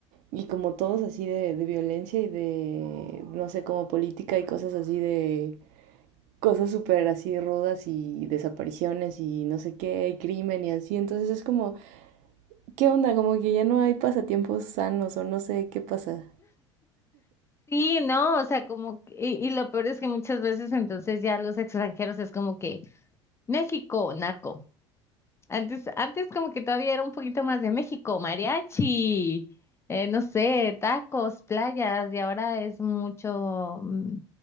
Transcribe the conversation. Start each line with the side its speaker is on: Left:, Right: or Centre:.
Right: Y como todos así de, de violencia y de, no sé, como política y cosas así de cosas súper así rudas y desapariciones y no sé qué, y crimen y así. Entonces es como, ¿qué onda? Como que ya no hay pasatiempos sanos o no sé qué pasa.
Left: Sí, no, o sea, como, que- y, y lo peor es que muchas veces entonces ya los extranjeros es como que México, narco. Antes, antes como que todavía era un poquito más de México, mariachi, eh, no sé, tacos, playas, y ahora es mucho mm,